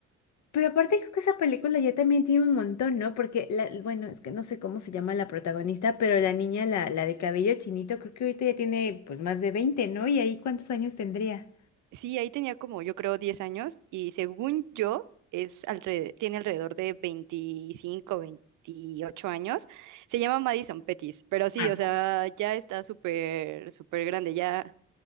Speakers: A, on the left; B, on the right.
A: Pero aparte creo que esa película ya también tiene un montón, ¿no? Porque, la, bueno, es que no sé cómo se llama la protagonista, pero la niña, la, la de cabello chinito, creo que ahorita ya tiene pues más de 20, ¿no? ¿Y ahí cuántos años tendría?
B: Sí, ahí tenía como yo creo 10 años y según yo es alre- tiene alrededor de 25, 28 años. Se llama Madison Pettis, pero sí,
A: Ah,
B: o sea, ya está súper, súper grande, ya,